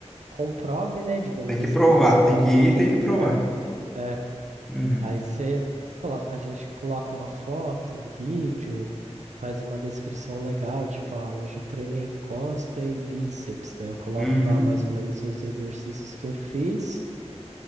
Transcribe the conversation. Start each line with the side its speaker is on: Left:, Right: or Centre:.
Right: comprove, né, digamos
Centre: Tem que
Right: assim,
Centre: provar,
Right: que você estava
Centre: tem que ir,
Right: naquele
Centre: tem
Right: lugar.
Centre: que provar.
Right: É,
Centre: Uhum,
Right: aí você coloca, a gente coloca uma foto, um vídeo, faz uma descrição legal, tipo, ah, hoje eu treinei costa e bíceps. Daí eu coloco
Centre: uhum,
Right: lá mais ou menos os exercícios que eu fiz,